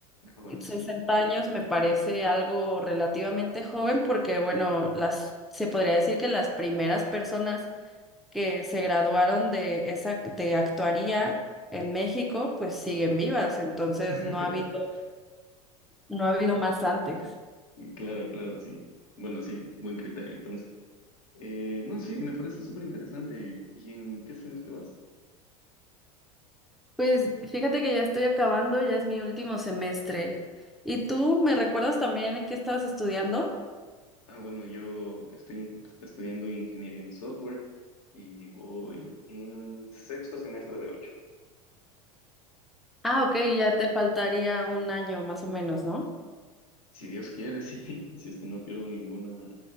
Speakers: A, on the left (about 70°); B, in the centre.
A: Ah, bueno,
B: sesenta
A: sí.
B: años me parece algo relativamente joven porque, bueno, las, se podría decir que las primeras personas que se graduaron de esa, de actuaría en México, pues siguen vivas, entonces
A: <laughs>
B: no ha habido, no ha habido más antes.
A: Claro, claro, sí. Bueno, sí, buen criterio entonces. Eh, no, sí, me parece súper interesante. ¿Y en qué semestre vas?
B: Pues fíjate que ya estoy acabando, ya es mi último semestre. ¿Y tú me recuerdas también que estabas estudiando?
A: Ah, bueno, yo estoy estudiando ingeniería en software y voy en sexto semestre de ocho.
B: Ah, ok, ya te faltaría un año más o menos, ¿no?
A: Si Dios quiere, sí. <laughs> Si es que no pierdo ninguna,